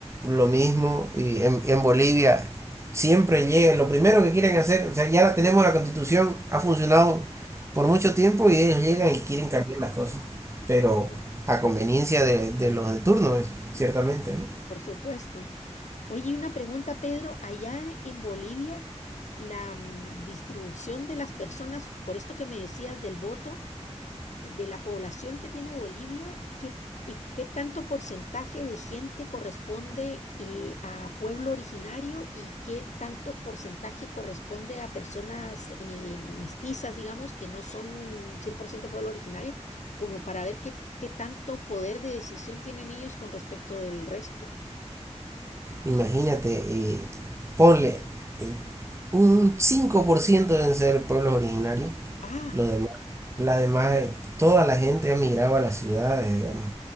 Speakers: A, on the right; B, on the left.
A: lo mismo, y en, en Bolivia siempre llegan, lo primero que quieren hacer, o sea, ya tenemos la constitución, ha funcionado por mucho tiempo y ellos llegan
B: claro.
A: y quieren cambiar las cosas, pero
B: Oy-
A: a conveniencia de, de los de turno, ciertamente, ¿no?
B: por supuesto. Oye, y una pregunta, Pedro, allá en Bolivia, la mm, distribución de las personas, por esto que me decías del voto, de la población que tiene Bolivia, ¿qué, y qué tanto porcentaje de gente corresponde eh, a pueblo originario y qué tanto porcentaje corresponde a personas eh, mestizas, digamos, que no son 100% pueblo originario, como para ver qué, qué tanto poder de decisión tienen ellos con respecto del resto?
A: Imagínate, eh, ponle eh, un 5% deben ser pueblos originarios,
B: Ah,
A: lo demás, la demás, eh, toda la gente ha migrado a las ciudades, digamos,